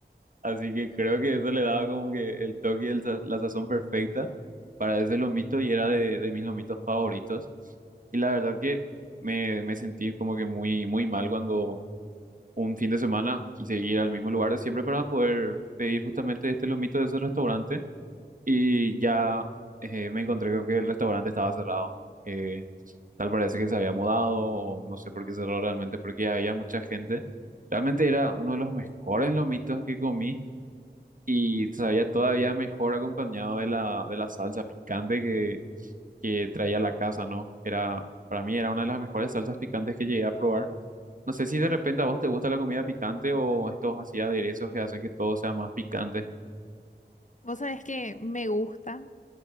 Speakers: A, on the right; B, on the left.
A: Así que creo que eso le daba como que el toque y el sa- la sazón perfecta para ese lomito y era de, de mis lomitos favoritos. Y la verdad que me, me sentí como que muy, muy mal cuando un fin de semana quise ir al mismo lugar de siempre para poder pedir justamente este lomito de ese restaurante y ya eh, me encontré con que el restaurante estaba cerrado. Eh, tal parece que se había mudado o no sé por qué cerró realmente porque había mucha gente. Realmente era uno de los mejores lomitos que comí y sabía todavía mejor acompañado de la, de la salsa picante que, que traía la casa, ¿no? Era, para mí era una de las mejores salsas picantes que llegué a probar. No sé si de repente a vos te gusta la comida picante o estos así aderezos que hacen que todo sea más picante.
B: Vos sabés que me gusta